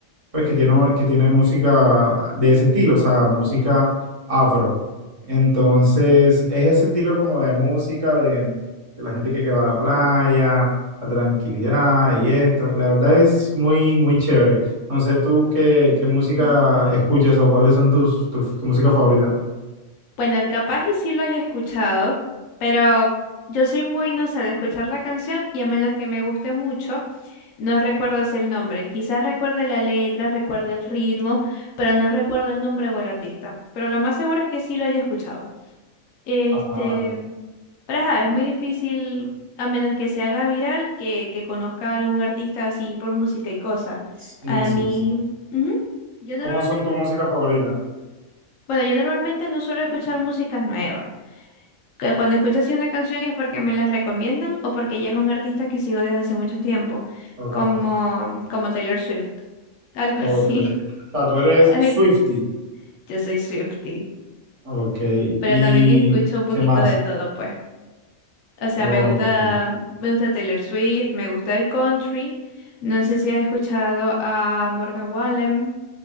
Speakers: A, on the right; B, on the left.
A: pues que tiene, que tiene música de ese estilo, o sea, música afro. Entonces, es ese estilo como de música de, de la gente que, que va a la playa, la tranquilidad y esto. La verdad es muy, muy chévere. No sé tú qué, qué música
B: Ok.
A: escuchas o cuáles son tus, tu, tu música favorita.
B: Bueno, capaz y sí lo haya escuchado, pero yo soy muy, no sé, de escuchar la canción y a menos que me guste mucho, no recuerdo así el nombre. Quizás recuerde la letra, recuerde el ritmo, pero no recuerdo el nombre o el artista. Pero lo más seguro es que sí lo haya escuchado. Este,
A: Ah, vale.
B: pero ajá, es muy difícil, a menos que se haga viral, que, que conozca a algún artista así por música y cosas.
A: Sí,
B: A
A: sí,
B: mí,
A: sí.
B: ujú, Yo normalmente,
A: ¿Cómo son tu música favorita?
B: bueno, yo normalmente no suelo escuchar músicas nuevas que cuando escucho así una canción es porque me la recomiendan o porque ya es un artista que sigo desde hace mucho tiempo,
A: Ok,
B: como, como Taylor Swift, algo
A: ok.
B: así.
A: O sea, tú eres
B: <laughs> Ay,
A: Swiftie.
B: Yo soy Swiftie,
A: Ok,
B: pero
A: ¿y
B: también escucho un poquito
A: qué más?
B: de todo, pues. O sea,
A: Ok.
B: me gusta, me gusta Taylor Swift, me gusta el country. No sé si has escuchado a Morgan Wallen,